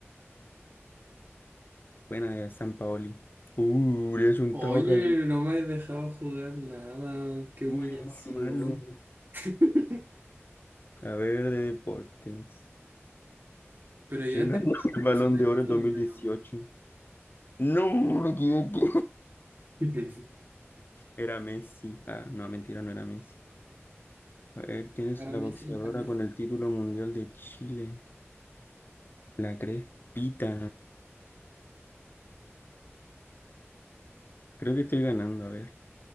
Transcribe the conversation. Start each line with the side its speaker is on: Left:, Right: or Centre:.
Left: Buena de San Paoli. Uh, le ha juntado
Right: Oye,
Left: caleta.
Right: no me has dejado jugar nada. Qué
Left: Uy,
Right: humillación.
Left: muy malo.
Right: <laughs>
Left: A ver, de deportes.
Right: Pero ya
Left: ¿Quién
Right: terminaste
Left: ganó el
Right: el personaje
Left: Balón de Oro
Right: todavía,
Left: en 2018?
Right: ¿no?
Left: No, me equivoqué.
Right: <laughs>
Left: Era Messi. Ah, no, mentira, no era Messi. A ver, ¿quién es
Right: Cara
Left: la
Right: a Messi,
Left: boxeadora
Right: cara Messi.
Left: con el título mundial de Chile? La Crespita. Creo que estoy ganando, a ver.